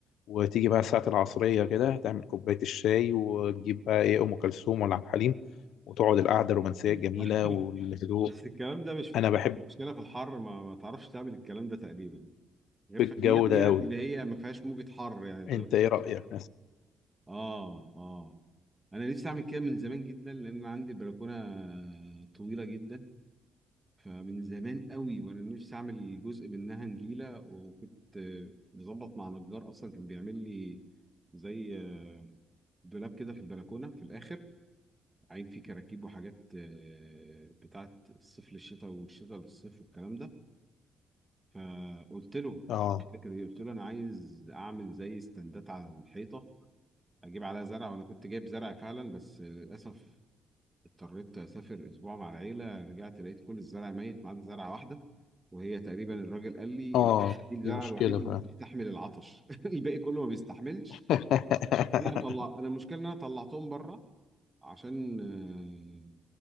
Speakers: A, on the left; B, on the right.
A: وتيجي بقى الساعه العصريه كده تعمل كوبايه الشاي وتجيب بقى ايه ام كلثوم ولا عبد الحليم وتقعد القعده الرومانسيه
B: <laughs>
A: الجميله والهدوء
B: بس الكلام ده مش في
A: انا
B: الحر
A: بحب
B: المشكله في الحر ما, ما تعرفش تعمل الكلام ده تقريبا غير
A: الجو
B: في ايام
A: ده
B: يعني
A: قوي
B: اللي هي ما فيهاش موجة حر يعني دلوقتي
A: انت ايه رايك مثلا
B: اه اه انا نفسي اعمل كده من زمان جدا لان عندي البلكونه طويله جدا فمن زمان قوي وانا نفسي اعمل جزء منها نجيله وكنت آه، مظبط مع نجار اصلا كان بيعمل لي زي آه، دولاب كده في البلكونه في الاخر عين فيه كراكيب وحاجات آه، بتاعت الصيف للشتاء والشتاء للصيف والكلام ده فقلت له قلت
A: اه
B: له الفكره دي قلت له انا عايز اعمل زي استندات على الحيطه اجيب عليها زرع وانا كنت جايب زرع فعلا بس للاسف اضطريت اسافر اسبوع مع العيله رجعت لقيت كل الزرع ميت ما عدا زرعه واحده وهي تقريبا الراجل قال لي
A: اه
B: ال- دي الزرعه
A: دي مشكلة
B: الوحيده
A: فعلا
B: اللي بتستحمل العطش <laughs> الباقي كله ما بيستحملش
A: <laughs>
B: انا طلع انا المشكله ان انا طلعتهم بره عشان آه،